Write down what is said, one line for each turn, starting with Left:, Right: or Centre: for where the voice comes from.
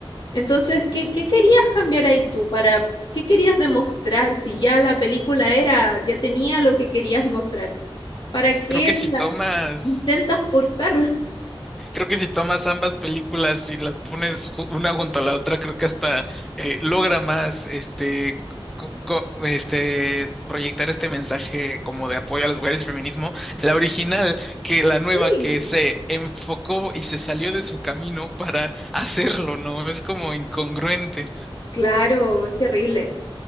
Left: Entonces, ¿qué, qué querías cambiar ahí tú para, qué querías demostrar si ya la película era, ya tenía lo que querías mostrar? ¿Para qué
Centre: creo que si
Left: la
Centre: tomas
Left: intentas forzar?
Centre: Creo que si tomas ambas películas y las pones ju- una junto a la otra, creo que hasta eh, logra más este, co- co- este proyectar este mensaje como de apoyo a las mujeres y feminismo, la original que la nueva
Left: Sí,
Centre: que se enfocó y se salió de su camino para <laughs> hacerlo, ¿no? Es como incongruente.
Left: claro, es terrible.